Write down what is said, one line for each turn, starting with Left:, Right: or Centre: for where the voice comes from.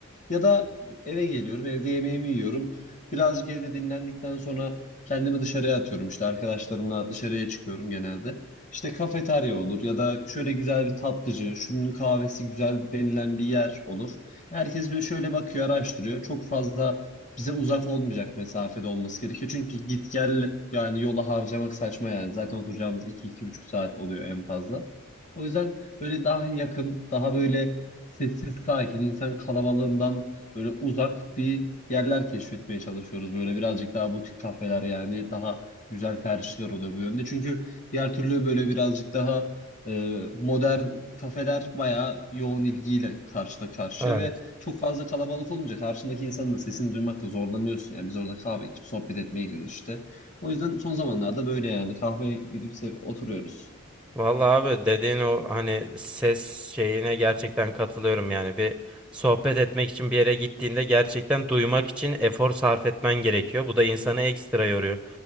Left: Ya da eve geliyorum, evde yemeğimi yiyorum. Birazcık evde dinlendikten sonra kendimi dışarıya atıyorum. İşte arkadaşlarımla dışarıya çıkıyorum genelde. İşte kafeterya olur ya da şöyle güzel bir tatlıcı, şunun kahvesi güzel denilen bir yer olur. Herkes böyle şöyle bakıyor, araştırıyor. Çok fazla bize uzak olmayacak mesafede olması gerekiyor. Çünkü git gel yani yola harcamak saçma yani. Zaten oturacağımız iki iki buçuk saat oluyor en fazla. O yüzden böyle daha yakın, daha böyle sessiz sakin insan kalabalığından böyle uzak bir yerler keşfetmeye çalışıyoruz. Böyle birazcık daha butik kafeler yani daha güzel tercihler oluyor bu yönde. Çünkü diğer türlü böyle birazcık daha e, modern kafeler bayağı yoğun ilgiyle karşıda karşıya
Centre: Evet.
Left: ve çok fazla kalabalık olunca karşındaki insanın da sesini duymakta zorlanıyorsun. Yani biz orada kahve içip sohbet etmeye gidiyoruz işte. O yüzden son zamanlarda böyle yani kahveye gidip se- oturuyoruz.
Centre: Vallahi abi dediğin o hani ses şeyine gerçekten katılıyorum yani bir sohbet etmek için bir yere gittiğinde gerçekten duymak için efor sarf etmen gerekiyor. Bu da insanı ekstra yoruyor.